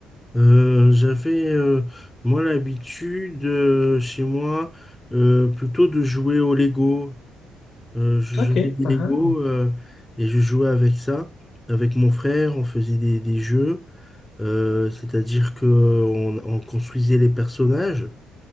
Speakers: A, on the left; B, on the left.
A: Euh, j'avais, euh, moi, l'habitude euh, chez moi euh, plutôt de jouer au Lego. Euh, je
B: OK.
A: j'avais des
B: Ah
A: Lego
B: ah.
A: euh, et je jouais avec ça. Avec mon frère, on faisait des, des jeux. Euh, c'est-à-dire que on, on construisait les personnages,